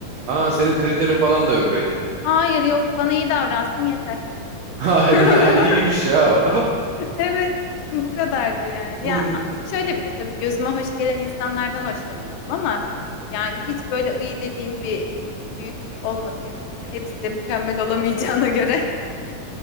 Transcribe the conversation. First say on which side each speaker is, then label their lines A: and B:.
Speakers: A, on the right (about 80°); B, on the left (about 80°).
A: Aa senin kriterin falan da yok öyle.
B: Hayır yok bana iyi davransın yeter.
A: <laughs> Hayda
B: <laughs>
A: iyiymiş ya o.
B: Evet, bu kadardı yani. Ya
A: <laughs>
B: a- şöyle bir de tabii gözüme hoş gelen insanlardan hoşlanıyordum ama yani hiç böyle iyi dediğim bir büyük olmadı. Hep hepsi de mükemmel olamayacağına göre